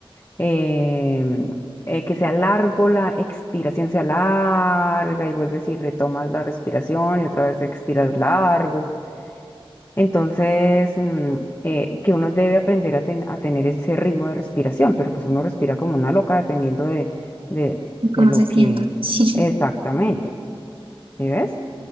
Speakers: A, on the left; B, on the right.
A: em, eh, que sea largo, la expiración sea larga y vuelves y retomas la respiración y otra vez expiras largo. Entonces, mm, eh, que uno debe aprender a, ten- a tener ese ritmo de respiración, pero pues uno respira como una loca dependiendo de, de, de
B: ¿Cómo
A: lo
B: se
A: que
B: sienta? <laughs> Sí.
A: exactamente, ¿sí ves?